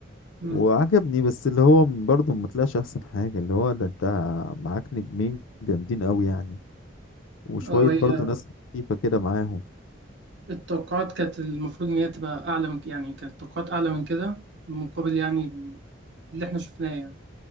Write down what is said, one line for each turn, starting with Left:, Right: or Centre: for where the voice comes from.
Right: مم.
Left: وعجبني بس اللي هو برضه ما طلعش احسن حاجه اللي هو ده انت معاك نجمين جامدين قوي يعني وشويه
Right: اه
Left: برضه
Right: هي
Left: ناس خفيفه كده معاهم
Right: التوقعات كانت المفروض ان هي تبقى اعلى من يعني كانت التوقعات اعلى من كده مقابل يعني اللي احنا شفناه يعني